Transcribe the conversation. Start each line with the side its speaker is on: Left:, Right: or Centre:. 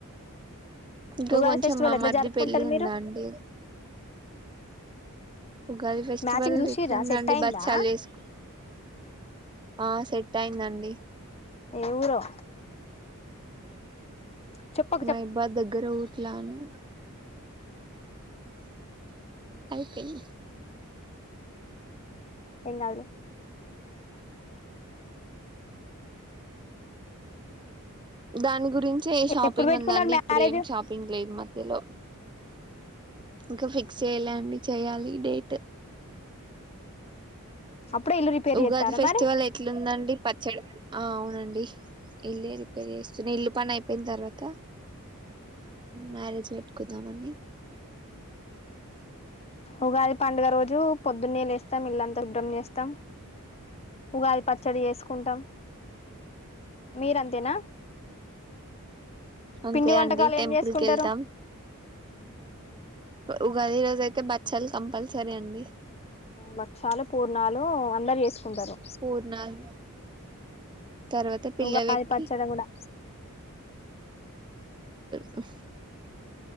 Right: ఇంకా
Left: ఉగాది
Right: కొంచెం
Left: ఫెస్టివల్
Right: మా
Left: ఎట్లా
Right: మర్ది
Left: జరుపుకుంటారు
Right: పెళ్లి ఉందండి
Left: మీరు
Right: ఉగాది ఫెస్టివల్
Left: మ్యాచింగ్ చూసిర్రా
Right: ఇట్లుందండి
Left: సెట్ అయిందా
Right: బచ్చాలు చేస్కు ఆ సెట్టైందండి
Left: ఏ ఊరో చెప్పకు
Right: మా
Left: చెప్
Right: ఇబ్బా దగ్గర ఊట్లా అని అయిపెన్
Left: ఏం గాదులే
Right: దాని గురించే షాపింగ్
Left: ఎప్పుడు పెట్టుకున్నారు
Right: ఉందండి,
Left: మ్యారేజ్
Right: ఇప్పుడేం షాపింగ్ లేదు మధ్యలో ఇంకా ఫిక్స్ చెయ్యలే అండి చెయ్యాలి ఇడేట్
Left: అప్పుడే ఇల్లు రిపేర్
Right: ఉగాది
Left: చేస్తారా
Right: ఫెస్టివల్
Left: మరి
Right: ఎట్లుందండి పత్ ఆ అవునండి ఇల్లే రిపేర్ చేస్తున్న ఇల్లు పనైపొయిన తర్వాత మ్యారేజ్ వెట్కుత్ నామండి
Left: ఉగాది పండుగ రోజు పొద్దున్నే లేస్తాం ఇల్లంతా ఉబ్రం చేస్తాం ఉగాది పచ్చడి జేసుకుంటాం మీరంతేనా
Right: అంతే
Left: పిండి వంటకాలు
Right: అండి టెంపుల్
Left: ఏం చేసుకుంటారు
Right: కి వెళ్తాం ఉగాది రోజు అయితే బచ్చాలు కంపల్సరీ అండి
Left: బక్షాలు పూర్ణాలు అందరు చేసుకుంటారు
Right: పూర్ణాలు తర్వాత పిల్లలకి
Left: ఉగాది పచ్చడి కూడా
Right: హ